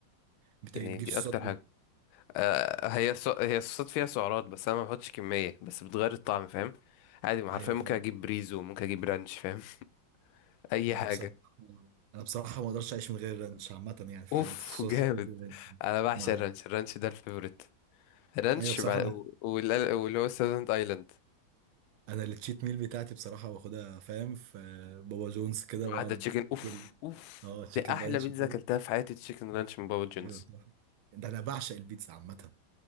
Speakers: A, on the right (about 85°); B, on the left (about 80°).
A: بت-
B: يعني
A: بتجيب
B: دي
A: صوصات
B: اكتر
A: ايه
B: حاجه آه، هي ص... هي الصوصات فيها سعرات بس انا ما بحطش كميه بس بتغير الطعم فاهم عادي ما
A: ايوه
B: حرفيا ممكن
A: فاهم
B: اجيب بريزو ممكن اجيب رانش فاهم <laughs> اي
A: انا
B: حاجه
A: بصراحة انا بصراحة ما اقدرش اعيش من غير رانش عامة يعني في
B: اوف
A: حياتي صوص
B: جامد
A: الرانش.
B: انا بعشق
A: معلش
B: الرانش الرانش ده الفيفوريت رانش
A: ايوه بصراحة
B: بع...
A: أنا
B: و- وال- واللي هو ساذرند ايلاند
A: انا التشيت ميل بتاعتي بصراحه باخدها فاهم في بابا جونز كده
B: واحده
A: بقعد
B: تشيكن اوف
A: اكل
B: اوف
A: اه تشيكن
B: دي احلى
A: رانش
B: بيتزا
A: كده
B: اكلتها في حياتي تشيكن رانش من بابا جونز
A: ايوه طبعا ده انا بعشق البيتزا عامه